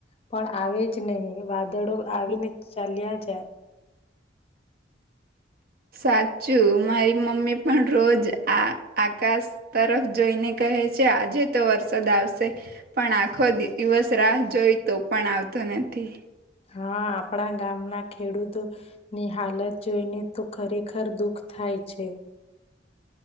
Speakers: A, on the left; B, on the right.
A: પણ આવે જ નહીિ વાદળો આવીને ચાલ્યા જાય.
B: સાચું મારી મમ્મી પણ રોજ આ આકાશ તરફ જોઈને કહે છે આજે તો વરસાદ આવશે પણ આખો દિવસ રાહ જોઈ તો પણ આવતો નથી. અનેથી <inaudible>
A: હા આપણા ગામ ના ખેડૂતો ની હાલત જોઈને તો ખરેખર દુઃખ થાય છે